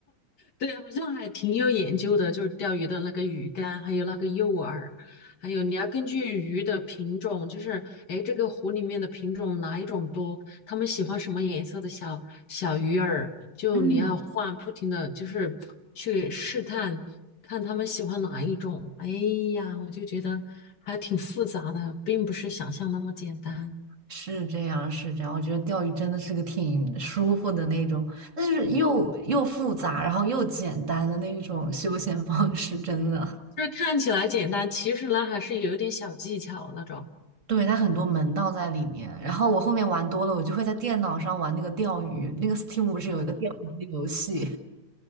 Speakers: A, on the left (about 70°); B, on the right (about 45°).
A: 对，好像还挺有研究的，就是钓鱼的那个鱼竿，还有那个诱饵，还有你要根据鱼的品种，就是哎，诶这个湖里面的品种哪一种多，他们喜欢什么颜色的小小鱼饵，就你要换，
B: 嗯，
A: 不停的就是去试探，看他们喜欢哪一种。哎呀，我就觉得还挺复杂的，并不是想象那么简单。
B: 是这样，是这样。我觉得钓鱼真的是个挺舒服的那种，但是又又复杂，然后又简单的那一种休闲方式，真的。
A: 就是看起来简单，其实呢还是有一点小技巧那种。
B: 对，它很多门道在里面。然后我后面玩多了，我就会在电脑上玩那个钓鱼。那个 Steam 不是有一个钓鱼的游戏？